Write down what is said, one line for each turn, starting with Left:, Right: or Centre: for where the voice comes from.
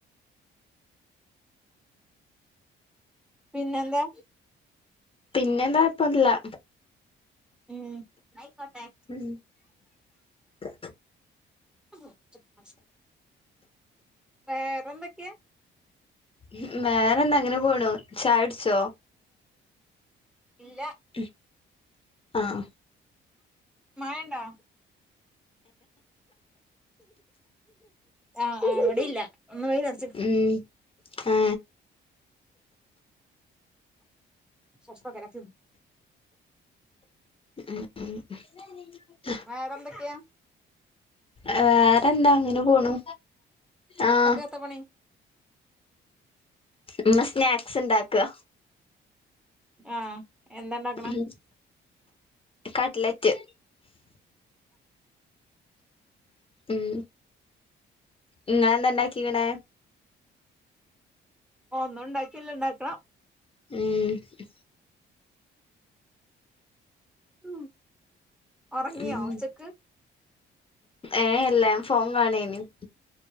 Centre: പിന്നെല്ലാ
Left: പിന്നെ എന്താ പ്പല്ല..
Centre: ഉം ന്നായിക്കോട്ടെ
Left: ഉം ക
Centre: <unintelligible> വേറെന്തക്യ.
Left: ഹും വേറെ എന്താ അങ്ങനെ പോണു ചായടിച്ചോ.
Centre: ഇല്ല
Left: മ്ഹ് ആഹ്
Centre: മഴണ്ടോ ആഹ് ആഹ് വടില്ല ഒന്ന് വെയില് അർച്
Left: ഉം ഏ
Centre: <unintelligible>
Left: ഉം ഉം <unintelligible>
Centre: വേറെന്തൊക്കെ <unintelligible>
Left: വേറെന്താ അങ്ങനെ പോണു ആഹ്
Centre: ത്ത പണി
Left: ഇമ്മ സ്നാക്സ്ണ്ടാക്അ.
Centre: ആഹ് എന്താണ്ടാക്ണഹ്
Left: ഉം കട്ട്ലറ്റ് ഉം ഇങ്ങളെന്തണ്ടാകിക്ണ്
Centre: ഓ ന്നും ണ്ടാക്കിയില്ല ണ്ടാക്കണം
Left: ഉം
Centre: ഉം ഉറങ്ങിയോ
Left: മ്മ്ഹ്
Centre: ഉച്ചക്ക്
Left: ഏഹ് അല്ല ഞ ഫോം കാണേനിം